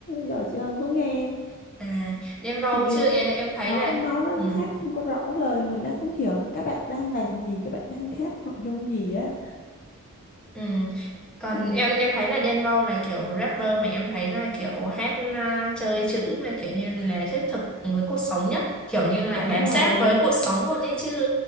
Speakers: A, on the left; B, in the centre.
A: giờ chị không có nghe
B: à đem vào
A: chị
B: chứ em,
A: tại
B: em
A: vì
B: thấy
A: nó
B: là
A: nó nó
B: ừ.
A: nó hát không có rõ lời mình đang không hiểu là các bạn đang làm gì các bạn đang hát nội dung gì á
B: Ừ. còn
A: ừ
B: em em thấy là Đen Vâu là kiểu rapper mà em thấy là kiểu hát à, chơi chữ mà kiểu như là thiết thực với cuộc sống nhất kiểu như là
A: đúng
B: bám
A: rồi
B: sát với cuộc sống luôn ấy chứ